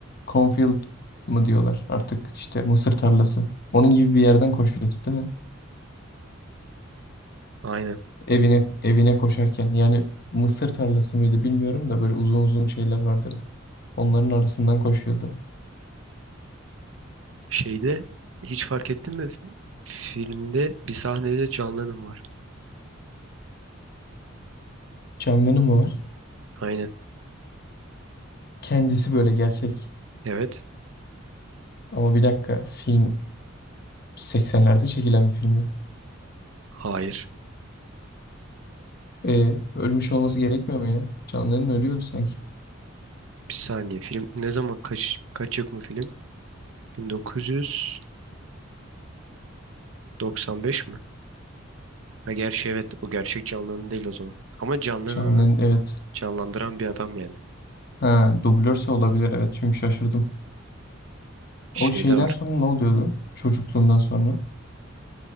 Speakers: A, on the left (about 50°); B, on the right (about 70°).
A: cornfield mı diyorlar artık işte mısır tarlası. Onun gibi bir yerden koşuyordu değil mi?
B: Aynen.
A: Evine evine koşarken yani mısır tarlası mıydı bilmiyorum da böyle uzun uzun şeyler vardı. Onların arasından koşuyordu.
B: Şeyde hiç fark ettin mi? Filmde bir sahnede John Lennon var.
A: Canlı'nın mı var?
B: Aynen.
A: Kendisi böyle gerçek.
B: Evet.
A: Ama bir dakika film 80'lerde çekilen bir filmi.
B: Hayır.
A: E, ölmüş olması gerekmiyor mu ya? Canlı'nın ölüyordu sanki.
B: Bir saniye. Film ne zaman kaç kaç yapımı film? 1900 95 mi? Ha gerçi evet o gerçek canlının değil o zaman. Ama canlılığını
A: Canlı'nın evet.
B: canlandıran bir adam yani.
A: Ha, dublörse olabilir evet çünkü şaşırdım.
B: Şeyde
A: O şeyden
B: var.
A: sonra ne oluyordu? Çocukluğundan sonra.